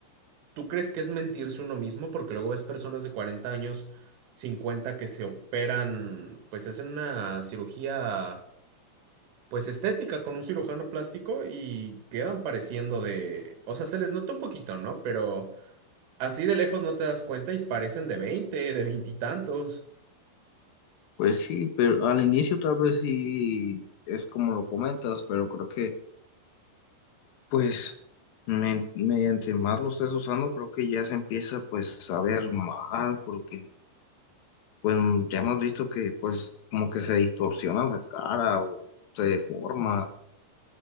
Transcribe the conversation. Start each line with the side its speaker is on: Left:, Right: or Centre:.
Right: ¿tú crees que es mentirse uno mismo? Porque luego ves personas de 40 años, 50 que se operan, pues se hacen una cirugía pues estética con un cirujano plástico y quedan pareciendo de, o sea, se les nota un poquito, ¿no? Pero Así de lejos no te das cuenta y parecen de 20 de veintitantos.
Left: Pues sí, pero al inicio tal vez sí es como lo comentas, pero creo que Pues men- mediante más lo estés usando, creo que ya se empieza pues a ver mal, porque pues ya hemos visto que pues como que se distorsiona la cara o se deforma,